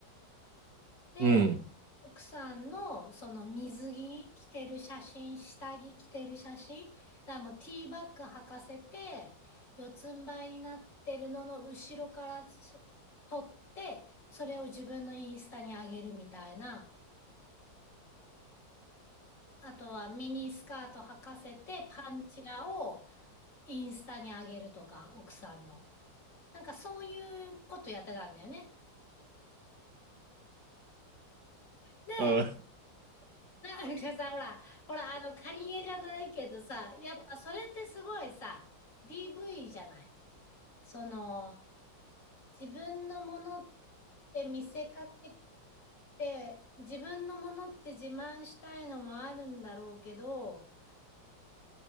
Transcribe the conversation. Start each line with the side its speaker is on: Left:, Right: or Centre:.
Left: で、
Right: うん、
Left: 奥さんのその水着着てる写真、下着着てる写真、だからもうティーバッグ履かせて、四つん這いになってるのの後ろからし撮って、それを自分のインスタに上げるみたいな。あとはミニスカート履かせてパンチラをインスタに上げるとか、奥さんの。なんかそういうことやってたんだよね。で
Right: うん、
Left: なんかさ、ほら、ほら、あの、カニエじゃないけどさ、やっぱそれってすごいさ、DV じゃない。その、自分のものって見せかけて、自分のものって自慢したいのもあるんだろうけど、